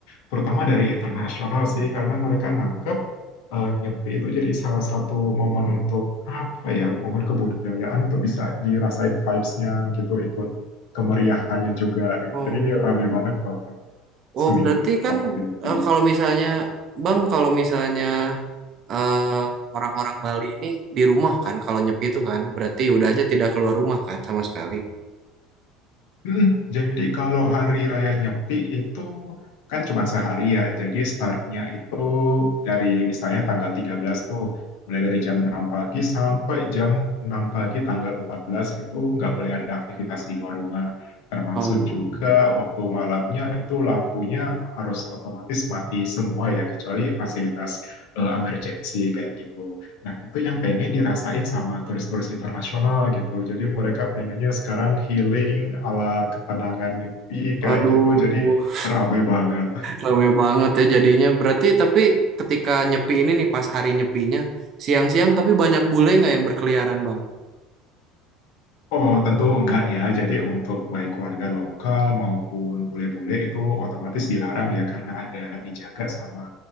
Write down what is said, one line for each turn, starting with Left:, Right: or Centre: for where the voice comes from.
Left: terutama dari internasional sih, karena mereka nganggap eh, Nyepi itu jadi salah satu momen untuk apa ya, momen kebudayaan untuk bisa dirasain vibes-nya gitu, ikut kemeriahannya juga gitu.
Right: oh
Left: Jadi ini ramai banget loh
Right: oh
Left: seminggu
Right: berarti kan
Left: waktu Nyepi.
Right: eh, kalau misalnya bang kalau misalnya eh, orang-orang Bali ini di rumah kan kalau nyepi itu kan berarti udah aja tidak keluar rumah kan sama sekali
Left: Mm, Jadi kalau hari raya Nyepi itu kan cuma sehari ya. Jadi startnya itu dari misalnya tanggal 13 tuh mulai dari jam 6 pagi sampai jam 6 pagi tanggal 14 itu nggak boleh ada aktivitas di luar rumah. Termasuk
Right: Oh,
Left: juga waktu malamnya itu lampunya harus otomatis mati semua ya kecuali fasilitas eh, emergency kayak gitu. Nah, itu yang pengen dirasain sama turis-turis internasional gitu. Jadi mereka pengennya sekarang healing ala ketenangan nyepi kayak
Right: aduh
Left: gitu. Jadi rame banget.
Right: rame banget ya jadinya berarti tapi ketika nyepi ini nih pas hari nyepinya siang-siang tapi banyak bule nggak yang berkeliaran bang
Left: Oh, tentu enggak ya. Jadi untuk baik warga lokal maupun bule-bule itu otomatis dilarang ya karena ada dijaga sama